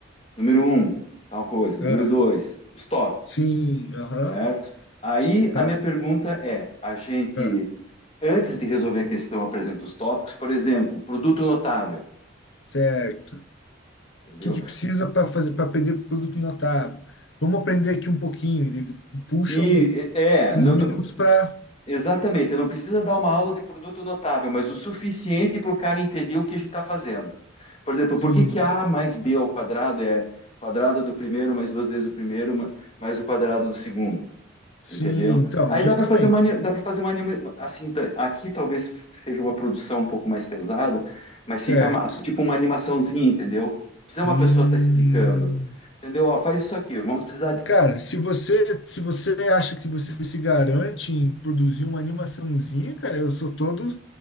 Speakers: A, on the left; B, on the left.
A: número um, tal coisa, número
B: ah,
A: dois, os tópicos,
B: sim, aham,
A: certo? Aí
B: tá,
A: a minha pergunta é: a gente,
B: ah,
A: antes de resolver a questão, apresenta os tópicos, por exemplo, produto notável,
B: certo. O
A: entendeu?
B: que que precisa para fazer para aprender produto notável? Vamos aprender aqui um pouquinho. Ele puxa
A: E
B: um-
A: é, é,
B: uns
A: não,
B: minutos para.
A: Exatamente, não precisa dar uma aula de produto notável, mas o suficiente para o cara entender o que a gente está fazendo. Por exemplo,
B: Sim,
A: por que que A mais B ao quadrado é quadrado do primeiro mais duas vezes o primeiro ma- mais o quadrado do segundo,
B: sim,
A: entendeu?
B: então,
A: Aí
B: justamente.
A: dá para fazer uma, ani- dá para fazer uma, anima- assim, tá- aqui talvez seja uma produção um pouco mais pesada, mas
B: Certo.
A: fica massa, tipo uma animaçãozinha, entendeu? Precisa uma
B: Hum.
A: pessoa estar explicando, entendeu? Ó, faz isso aqui, vamos precisar de
B: Cara, se você, se você acha que você se garante em produzir uma animaçãozinha, cara, eu sou todo,